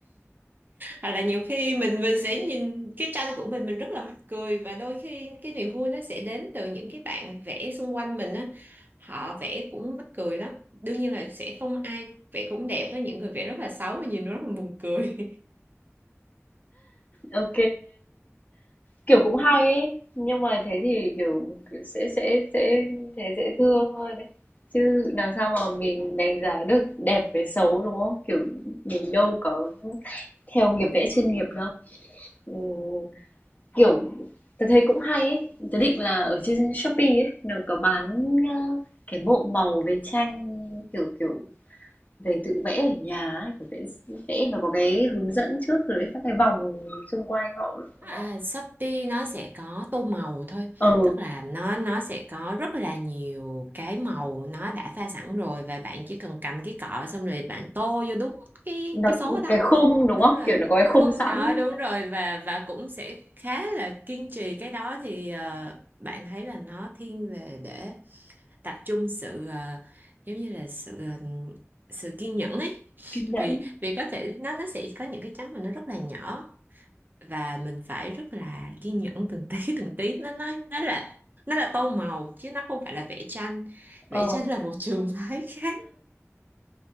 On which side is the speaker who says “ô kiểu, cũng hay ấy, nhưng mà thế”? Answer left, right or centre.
Left